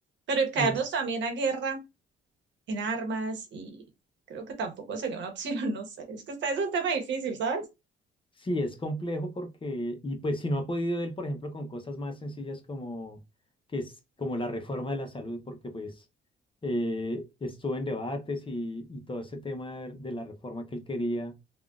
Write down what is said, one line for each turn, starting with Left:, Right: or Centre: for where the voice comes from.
Right: Pero el caernos
Left: no es-
Right: también a guerra en armas y creo que tampoco sería una opción, <laughs> no sé. Es que está, es un tema difícil, ¿sabes?
Left: sí, es complejo porque, y pues si no ha podido él, por ejemplo, con cosas más sencillas como, que es, como la reforma de la salud, porque pues eh, estuvo en debates y, y todo ese tema de de la reforma que él quería,